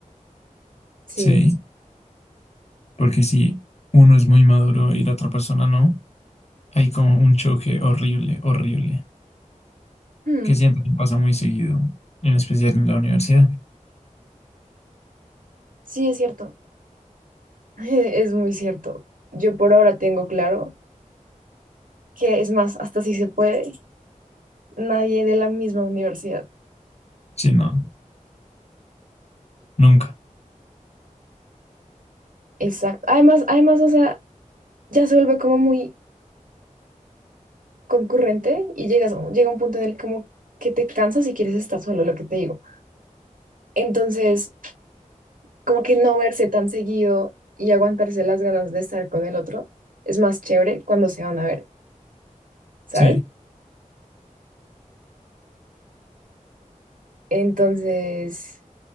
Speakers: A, on the right; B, on the left.
A: Sí,
B: Sí, porque si uno es muy maduro y la otra persona no, hay como un choque horrible, horrible,
A: Hmm,
B: que siento que pasa muy seguido, en especial en la universidad.
A: sí, es cierto. <laughs> Es muy cierto. Yo por ahora tengo claro que es más, hasta si se puede, nadie de la misma universidad.
B: Sí, no, nunca.
A: Exacto. Además, además, o sea, ya se vuelve como muy concurrente y llegas, llega un punto en el como que te cansas y quieres estar solo, lo que te digo. Entonces, como que no verse tan seguido y aguantarse las ganas de estar con el otro es más chévere cuando se van a ver, ¿sabes?
B: Sí,
A: Entonces,